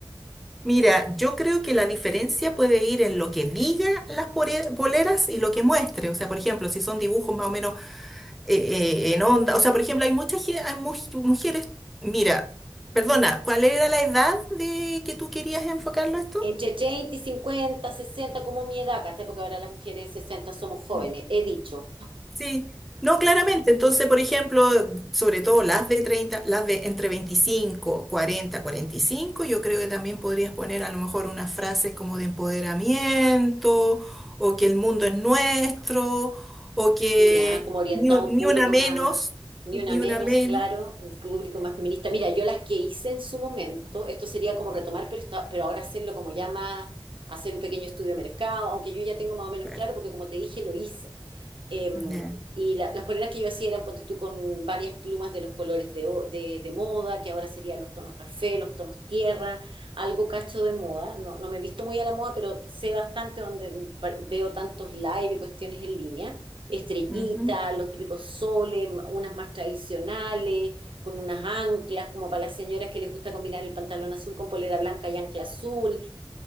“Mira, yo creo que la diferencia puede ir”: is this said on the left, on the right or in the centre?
Centre